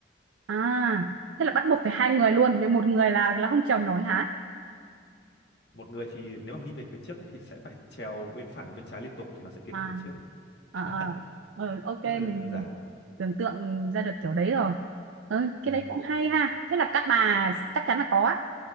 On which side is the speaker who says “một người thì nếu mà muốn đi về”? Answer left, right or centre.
Left